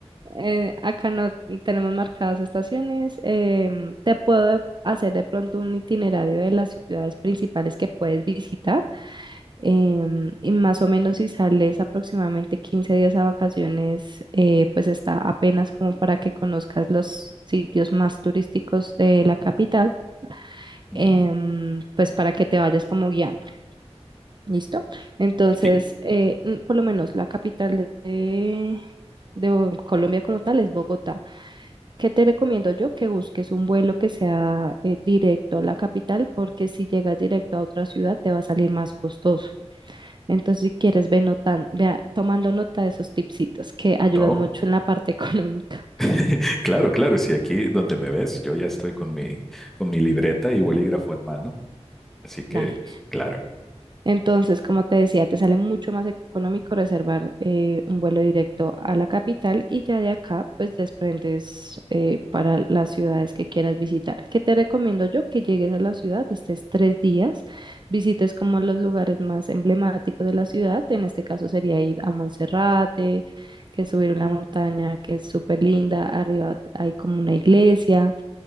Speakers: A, on the right (about 40°); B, in the centre.
A: Eh, acá no tenemos marcadas estaciones. em, te puedo hacer de pronto un itinerario de las ciudades principales que puedes visitar em, y más o menos si sales aproximadamente 15 días a vacaciones, eh, pues está apenas como para que conozcas los sitios más turísticos de la capital,
B: Ujú.
A: em, pues para que te vayas como guiando, ¿listo? Entonces,
B: Sí,
A: eh, mm, por lo menos la capital de, de Bo- Colombia como tal es Bogotá. ¿Qué te recomiendo yo? Que busques un vuelo que sea eh, directo a la capital, porque si llegas directo a otra ciudad te va a salir más costoso. Entonces, si quieres, ve notan- vea, tomando nota de esos tipsitos que ayudan
B: no,
A: mucho en la parte <laughs> económica.
B: <laughs> claro, claro, sí, aquí donde me ves, yo ya estoy con mi, con mi libreta y bolígrafo en mano, así que,
A: Dale.
B: claro.
A: Entonces, como te decía, te sale mucho más económico reservar eh, un vuelo directo a la capital y ya de acá, pues desprendes eh, para las ciudades que quieras visitar. ¿Qué te recomiendo yo? Que llegues a la ciudad, estés tres días, visites como los lugares más emblemáticos de la ciudad. En este caso sería ir a Monserrate, que es subir una montaña que es súper linda. Arriba hay como una iglesia.